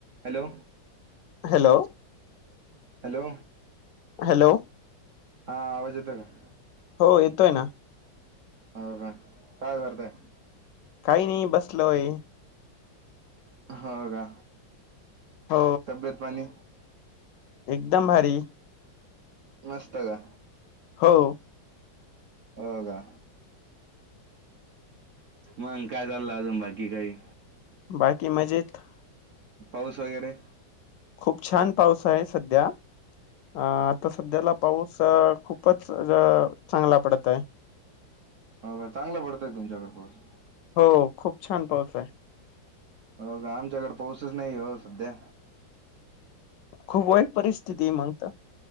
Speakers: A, on the right (about 55°); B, on the left (about 75°).
A: Hello.
B: Hello
A: hello
B: hello.
A: हा आवाज येतो का.
B: हो येतोय ना.
A: हो का काय करताय.
B: काही नाही बसलोय.
A: हो का
B: हो
A: तब्येत पाणी
B: एकदम भारी.
A: मस्त का.
B: हो.
A: हो का. मंग काय चाललं अजून बाकी काही.
B: बाकी मजेत.
A: पाऊस वगैरे.
B: खूप छान पाऊस आहे सध्या अ आता सध्याला पाऊस खूपच चांगला पडत आहे.
A: हो का चांगलं पडतय तुमच्याकड पाऊस.
B: हो खूप छान पाऊस आहे.
A: हो का आमच्याकडे पाऊसच नाही हो सध्या.
B: खूप वाईट परिस्थिती मगत.